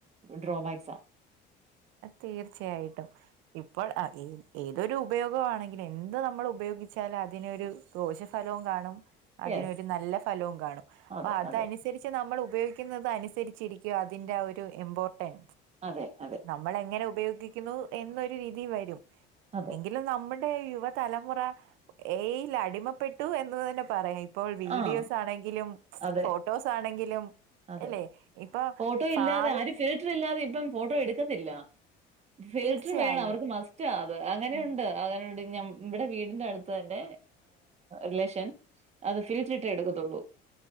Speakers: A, on the right; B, on the right.
A: ഡ്രോബാക്സാ.
B: തീർച്ചയായിട്ടും ഇപ്പോൾ ആ ഏതൊരു ഉപയോഗ ആണെങ്കിലും എന്ത് നമ്മൾ ഉപയോ ഗിച്ചാൽ അതിനൊരു ദോഷഫലവും കാണും അതിനൊരു
A: യെസ്
B: നല്ല ഫലവും കാണും അപ്പൊ
A: അതെ
B: അതനുസരിച്ച്
A: അതെ
B: നമ്മൾ ഉപയോഗി ക്കുന്നത് അനുസരിച്ചിരിക്ക അതിൻ്റെ ഒരു ഇമ്പോർട്ടൻ
A: അതെ അതെ
B: നമ്മൾ എങ്ങനെ ഉപയോഗിക്കുന്നു എന്നൊരു രിതീ വരും
A: അതെ
B: എങ്കിലും നമ്മുടെ തലമുറ എ ഐ അടിമപ്പെട്ടു എന്ന് തന്നെ പറയാം ഇപ്പോൾ വീഡിയോസ്
A: ആഹ്
B: ആണെങ്കിലും
A: അതെ
B: ഫോട്ടോസ് ആണെങ്കിലും
A: അതെ
B: അല്ലെ ഇപ്പൊ
A: ഫോട്ടോ ഇല്ലാതെ
B: ഭാവി
A: ആര് ഫിൽട്ടർ ഇല്ലാതെ ഇപ്പം ഫോട്ടോ എടുക്കത്തില്ല ഫിൽറ്റർ
B: തീർച്ചയായും
A: വേണം അവർക്ക് മസ്റ്റ് അത് അങ്ങനെയുണ്ട്
B: ഉം
A: അങ്ങനെ ഒണ്ട് ഞ്ഞം ഇവിടെ വീടിന്റെ അടുത്ത് തന്നെ റിലേഷൻ അത് ഫിൽറ്റർ ഇട്ടേ എടുക്കത്തുള്ളൂ.